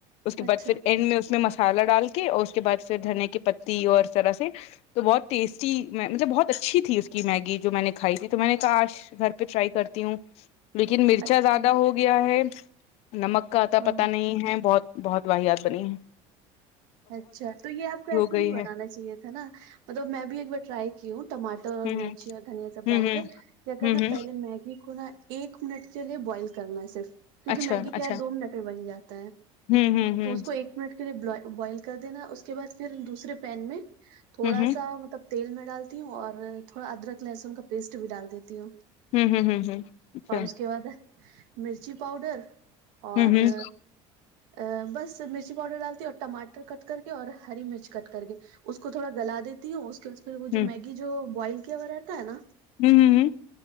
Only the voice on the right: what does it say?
اچھا
اچھا
ہ
اچھا تو یہ آپ کو ایسے
نہیں بنانا
چاہیے تھا نا مطلب میں بھی ایک بار ٹرائی کی ہوں ٹاٹر اور
مرچی اور دھنیا سب ڈال
کے
کرنا
پہلے میگی کو نا ایک منٹ کے لیے بوائل کرنا ہے صرف کیونکہ
میگی
کیا ہے دو منٹ میں بن جاتا ہے
تو اس کو ایک منٹ کے لئے بلاے بوائل کر دینا اس کے بعد پھر دوسرے پین میں تھوڑا
سا مطلب تیل میں ڈالتی ہوں اور تھوڑا ادرک لہسن کا پیسٹ بھی ڈال دیتی ہوں
اور اس کے بعد مرچی پاؤڈر
اور
آ بس مرچی پاؤڈر ڈالتی ٹماٹر کٹ کر کے اور ہری مرچ کٹ کر کے اس کو تھوڑا گلا دیتی ہوں اس پھر اس میں وہ
جو
میگی جو بوائل کیا ہوا رہتا ہے نا